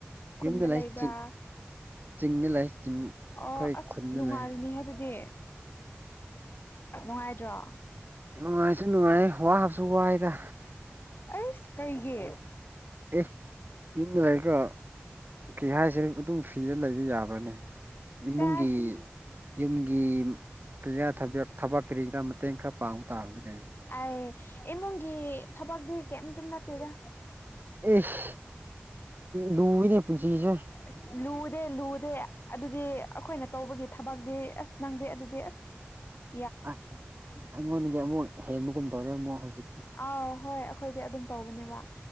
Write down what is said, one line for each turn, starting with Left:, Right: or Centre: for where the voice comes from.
Left: ꯈꯨꯟꯗ
Right: ꯌꯨꯝꯗ ꯂꯩ
Left: ꯂꯩꯕ꯭ꯔꯥ꯫
Right: ꯆꯤꯡ ꯆꯤꯡꯗ ꯂꯩ ꯆꯤꯡ ꯑꯩꯈꯣꯏ
Left: ꯑꯣ ꯑꯁ
Right: ꯈꯨꯟꯗ
Left: ꯅꯨꯡꯉꯥꯏꯔꯅꯤꯍꯦ
Right: ꯂꯩ
Left: ꯑꯗꯨꯗꯤ꯫ ꯅꯨꯡꯉꯥꯏꯇꯔꯣ꯫
Right: ꯅꯨꯡꯉꯥꯏꯁꯨ ꯅꯨꯡꯉꯥꯏꯌꯦ ꯋꯥꯕꯁꯨ ꯋꯥꯏꯗ꯫
Left: ꯑꯩꯁ ꯀꯩꯒꯤ
Right: ꯑꯦ ꯌꯨꯝꯗ ꯂꯩꯒꯔ ꯀꯩ ꯍꯥꯏꯁꯦ ꯑꯗꯨꯝ ꯁꯤꯗ ꯂꯩꯕ ꯌꯥꯕ꯭ꯔꯅꯦ ꯏꯃꯨꯡꯒꯤ
Left: ꯆꯦꯁ
Right: ꯌꯨꯝꯒꯤ ꯀ ꯊꯕ ꯊꯕꯛ ꯀꯔꯤꯗꯔ ꯃꯇꯦꯡ ꯈꯔ ꯄꯥꯡꯕ ꯇꯥꯕꯅꯤ ꯀꯩꯅꯣ
Left: ꯑꯩ ꯏꯃꯨꯡꯒꯤ ꯊꯕꯛꯇꯗꯤ ꯀꯩꯝꯇ ꯅꯠꯇꯦꯗ
Right: ꯑꯁ ꯂꯨꯏꯅꯦ ꯄꯨꯟꯁꯤꯁꯦ
Left: ꯑꯁ ꯂꯨꯗꯦ ꯂꯨꯗꯦ ꯑꯗꯨꯗꯤ ꯑꯩꯈꯣꯏꯅ ꯇꯧꯕꯒꯤ ꯊꯕꯛꯇꯤ ꯑꯁ ꯅꯪꯗꯤ ꯑꯗꯨꯗꯤ ꯑꯁ <inaudible>
Right: ꯑ ꯑꯩꯉꯣꯟꯗꯒꯤ ꯑꯃꯨꯛ ꯍꯦꯟꯕꯒꯨꯝ ꯇꯧꯔꯦ ꯑꯃꯨꯛ ꯍꯧꯖꯤꯛꯇꯤ
Left: ꯑꯥꯎ ꯍꯣꯏ ꯑꯩꯈꯣꯏꯗꯤ ꯑꯗꯨꯝ ꯇꯧꯕꯅꯦꯕ꯫